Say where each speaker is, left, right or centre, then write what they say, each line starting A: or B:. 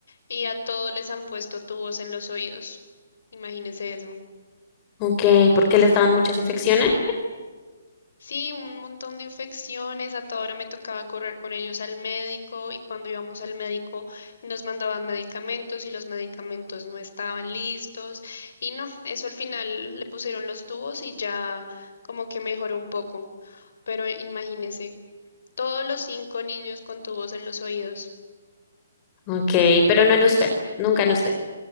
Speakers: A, on the left (about 70°); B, on the left (about 25°).
A: y a todos les han puesto tubos en los oídos. Imagínese eso.
B: Ok, ¿por qué les daban muchas infecciones?
A: Sí, un montón de infecciones. A toda hora me tocaba correr con ellos al médico y cuando íbamos al médico nos mandaban medicamentos y los medicamentos no estaban listos. Y no, eso al final le pusieron los tubos y ya como que mejoró un poco. Pero imagínese, todos los cinco niños con tubos en los oídos.
B: Ok, pero no en usted, nunca en usted.